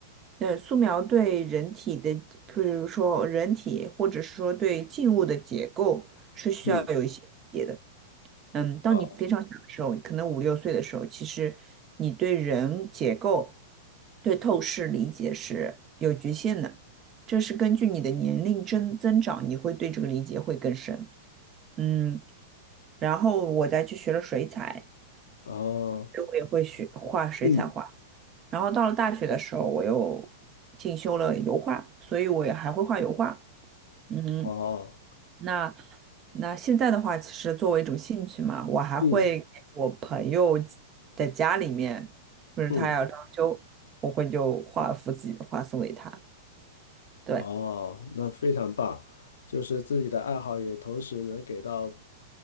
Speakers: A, on the right; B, on the left.
A: 对，素描对人体的，比如说人体或者是说对静物的结构是需要有一些理解的，
B: 嗯，
A: 嗯，当你非常小的时候，
B: 哦，
A: 可能五六岁的时候，其实你对人结构、对透视理解是有局限的，这是根据你的年龄增增长，你会对这个理解会更深，嗯，然后我再去学了水彩。
B: 哦，
A: 就我也会学画水彩画。
B: 嗯，
A: 然后到了大学的时候，我又进修了油画，所以我也还会画油画。嗯，
B: 哦，
A: 那那现在的话，其实作为一种兴趣嘛，我还会给我朋友
B: 嗯
A: 的家里面，就是他要装修，
B: 嗯。
A: 我会就画一幅自己的画送给他。对，
B: 哦，那非常棒，就是自己的爱好也同时能给到，